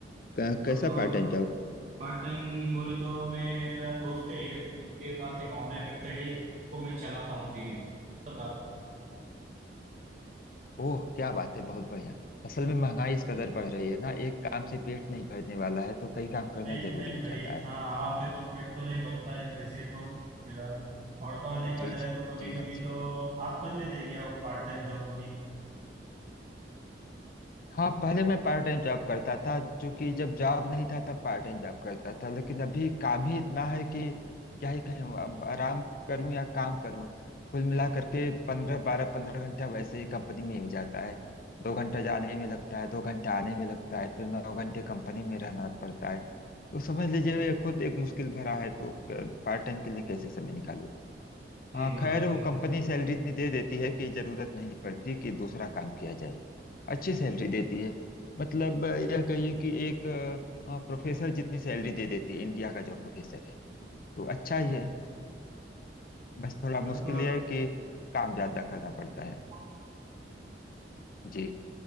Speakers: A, on the left (about 50°); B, on the right (about 40°).
A: क- कैसा
B: और तो
A: पार्ट टाइम जॉब
B: पार्ट टाइम बोले तो मेरा दोस्त है एक, उसके पास एक ऑनलाइन वेबसाइट है उसको मैं चलाता हूँ दिन में तब रात को
A: ओह क्या बात है बहुत बढ़िया असल में महंगाई इस कदर बढ़ रही है ना एक काम से पेट नहीं भरने वाला है तो कई काम करना
B: नहीं
A: जरूरी
B: नहीं
A: हो
B: भाई
A: जाता है
B: हाँ आराम से तो पेट तो नहीं भरता है वैसे तो फिलहाल और तो और देखा
A: जी
B: जाए
A: जी
B: तो कभी
A: जी हाँ
B: कभी
A: जी
B: तो आप कर लेते हैं क्या पार्ट टाइम जॉब कभी
A: हाँ पहले मैं पार्ट टाइम जॉब करता था जो कि जब जॉब नहीं था तब पार्ट टाइम जॉब करता था लेकिन अभी काम ही इतना है कि क्या ही कहें अब आराम करूं या काम करूं कुल मिला करके पंद्रह बारह पंद्रह घंटा वैसे ही कंपनी में ही हो जाता है दो घंटा जाने में लगता है दो घंटा आने में लगता है फिर नौ घंटे कंपनी में रहना पड़ता है तो समझ लीजिए ये खुद एक मुश्किल भरा है तो पार्ट टाइम के लिए कैसे समय निकालूं
B: सही
A: हाँ
B: बात
A: खैर
B: है सही
A: वो
B: बात
A: कंपनी सैलरी इतनी दे देती है कि जरूरत नहीं पड़ती कि दूसरा काम किया जाए अच्छी सैलरी देती है मतलब अ, यह कहिए कि एक अ, प्रोफेसर जितनी सैलरी दे देती है इंडिया का जो प्रोफेसर है तो अच्छा ही
B: है।
A: है बस थोड़ा मुश्किल
B: और तो
A: यह है कि काम ज्यादा करना पड़ता है
B: और
A: जी